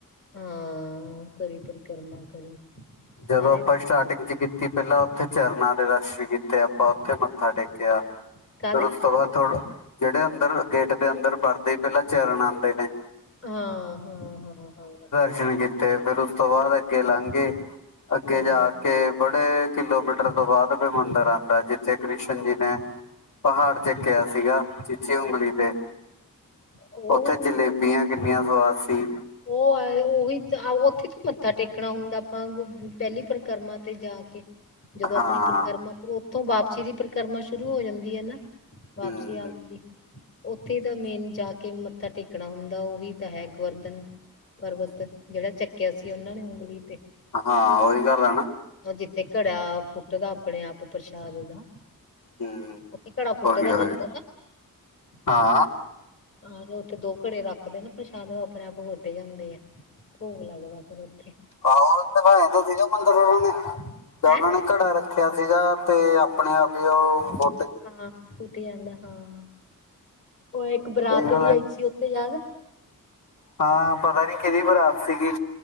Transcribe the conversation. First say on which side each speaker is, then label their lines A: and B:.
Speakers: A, on the left; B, on the left.
A: ਹਾਂ, ਕਰੀ ਪਰਿਕਰਮਾ ਕਰੀ।
B: ਜਦੋਂ
A: ਸਾਰੇ
B: ਅਪਾਂ
A: ਰਸਤੇ
B: ਸਟਾਟਿੰਗ ਚ ਕੀਤੀ। ਪੈਲਾ ਓਥੇ ਚਰਨਾ ਦੇ ਦਰਸ਼ਨ ਕੀਤੇ ਅਪਾ ਓਥੇ ਮੱਥਾ ਟੇਕੇਆ।
A: ਕਾਹਦੇ
B: ਫੇਰ ਉਸ ਤੋਂ ਬਾਅਦ ਥੋੜਾ, ਜੇੜੇ ਅੰਦਰ ਗੇਟ ਦੇ ਅੰਦਰ ਵੜਦੇ ਈ ਪੈਲਾ ਚਰਨ ਆਦੇ ਨੇ।
A: ਹਾਂ, ਹਾਂ, ਹਾਂ, ਹਾਂ।
B: <unintelligible> ਕੀਤੇ ਫੇਰ ਉਸ ਤੋਂ ਬਾਅਦ ਅੱਗੇ ਲੰਘ ਗੇ। ਅੱਗੇ
A: ਹਾਂ
B: ਜਾ ਕੇ, ਬੜੇ ਕਿਲੋਮੀਟਰ ਤੋਂ ਬਾਅਦ ਫੇਰ ਮੰਦਰ ਆਦਾ ਜਿੱਥੇ ਕ੍ਰਿਸ਼ਨ ਜੀ ਨੇ- ਪਹਾੜ ਚੱਕੇਆ ਸੀਗਾ ਚੀਚੀ ਉਗਲੀ ਤੇ।
A: ਉਹ
B: ਓਥੇ ਜਲੇਬੀਆ ਕਿੰਨੀਆ ਸਵਾਦ ਸੀ।
A: ਓ ਅਏ ਓਹੀ ਤਾ ਆਓ ਉੱਥੇ ਤਾਂ ਮੱਥਾ ਟੇਕਣਾ ਹੁੰਦਾ ਆਪਾਂ ਪੈਲੀ ਪਰਕਰਮਾ ਤੇ ਜਾ ਕੇ। ਜਦੋਂ
B: ਹਾਂ
A: ਅਪਣੀ ਪਰਕਰਮਾ ਕਰੋ ਓਥੋ ਵਾਪਸੀ ਦੀ ਪਰਕਰਮਾ ਸ਼ੁਰੂ ਹੋ ਜਾਂਦੀ ੲੈ ਨਾ। ਵਾਪਸੀ
B: ਹੂੰ
A: ਆਣ ਦੀ। ਓਥੇ ਤਾਂ ਮੇਨ ਜਾ ਕੇ ਮੱਥਾ ਟੇਕਣਾ ਹੁੰਦਾ ਓਹੀ ਤਾਂ ਹੈ ਗਵਰਧਨ। ਪਰਬਤ ਜੇੜਾ ਚੱਕੇਆ ਸੀ ਓਨਾ ਨੇ ਉਗਲੀ ਤੇ।
B: ਹਾਂ, ਓਈ ਗੱਲ ੲੈ ਨਾ
A: ਓ, ਜਿੱਥੇ ਘੜਾ ਫੁੱਟ ਦਾ ਆਪਣੇ ਆਪ ਪ੍ਰਸ਼ਾਦ ਦਾ
B: ਹੂੰ
A: ਓਥੇ ਘੜਾ ਫੁੱਟ
B: ਉਹੀ
A: ਦਾ ਤਾਨੂੰ
B: ਉਹੀ
A: ਪਤਾ?
B: ਹਾਂ
A: ਹਾਂ ਜੋ ਉੱਥੇ ਦੋ ਘੜੇ ਰੱਖਦੇ ਪਰਸ਼ਾਦ ਅਪਣੇ ਆਪ <unintelligible> ਜਾਦੇ ਐ, ਭੋਗ ਲੱਗਦਾ ਫੇਰ ਓਥੇ
B: <unintelligible>
A: ਹੈਂ
B: ਕੜਾ ਰੱਖੇਆ ਸੀਗਾ, ਤੇ ਆਪਣੇ ਆਪ ਈ ਓ ਫੋ
A: ਹਾਂ ਟੁੱਟ ਯਾਦਾ ਹਾਂ, ਓਏ ਏਕ ਬਰਾਤ
B: ਦੇਖ
A: ਵੀ ਹੈਈ ਸੀ ਓਥੇ ਯਾਦ ਆ
B: ਆ ਪਤਾ ਨੀ ਕਿਦੀ ਬਰਾਤ ਸੀ ਗੀ।